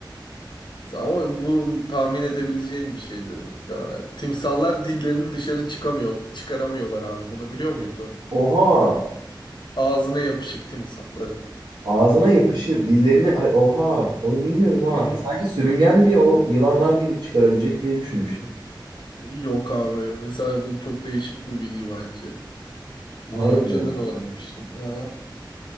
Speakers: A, on the left; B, on the right.
A: Ama bu tahmin edebileceğin bir şeydir muhtemelen. Timsahlar dillerini dışarı çıkamıyor, çıkaramıyorlar abi. Bunu biliyor muydun?
B: Oha!
A: Ağzına yapışık timsahların.
B: Ağzına yapışık, dillerini... Ay, oha! Onu bilmiyordum ha.
A: Hı hı.
B: Sanki sürüngen diye o yılanlar gibi çıkarabilecek diye düşünmüştüm.
A: Yok abi. Mesela bu çok değişik bir bilgi bence. Bunu
B: Harbiden.
A: önceden öğrenmiştim. Ha,